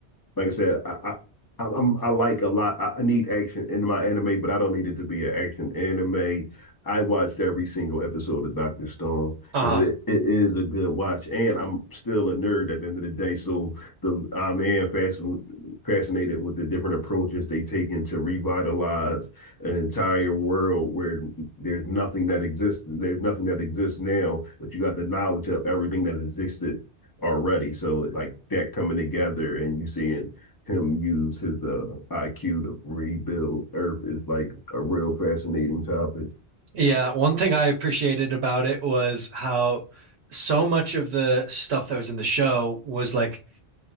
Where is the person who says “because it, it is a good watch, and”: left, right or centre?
Left